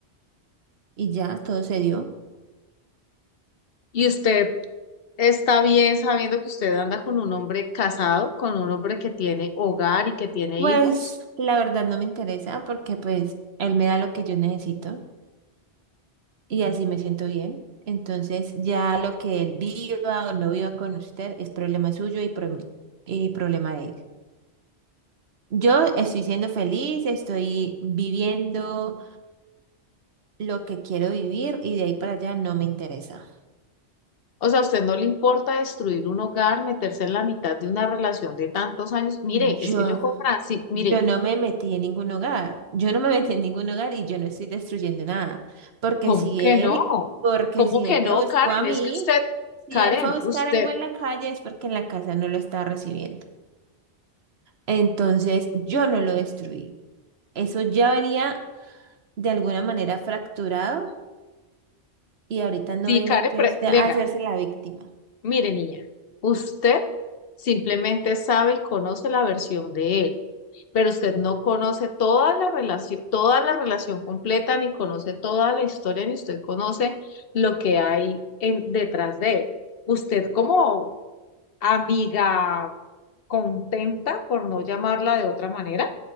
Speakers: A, on the right; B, on the left.
A: y ya todo se dio.
B: ¿Y usted está bien sabiendo que usted anda con un hombre casado, con un hombre que tiene hogar y que tiene
A: Pues
B: hijos?
A: la verdad no me interesa porque pues él me da lo que yo necesito y así me siento bien. Entonces ya lo que él viva o no viva con usted es problema suyo y, proble- y problema de él. Yo estoy siendo feliz, estoy viviendo lo que quiero vivir y de ahí para allá no me interesa.
B: O sea, a usted no le importa destruir un hogar, meterse en la mitad de una relación de tantos años. Mire,
A: Yo
B: es que yo con Francis, mire,
A: Yo no me metí en ningún hogar, yo no me metí en ningún hogar y yo no estoy destruyendo nada, porque
B: ¿cómo
A: si
B: que
A: él,
B: no?
A: porque
B: ¿Cómo
A: si
B: que
A: él me
B: no,
A: buscó
B: Karen?
A: a mí,
B: Es que usted,
A: si
B: Karen,
A: él fue a buscar
B: usted,
A: algo en la calle es porque en la casa no lo estaba recibiendo. Entonces yo no lo destruí. Eso ya venía de alguna manera fracturado y ahorita no
B: sí,
A: venga
B: Karen,
A: aquí
B: pre-
A: a usted
B: venga,
A: a hacerse la víctima.
B: mire, niña, usted simplemente sabe y conoce la versión de él, pero usted no conoce toda la relación, toda la relación completa, ni conoce toda la historia, ni usted conoce lo que hay en, detrás de él. Usted como amiga contenta, por no llamarla de otra manera.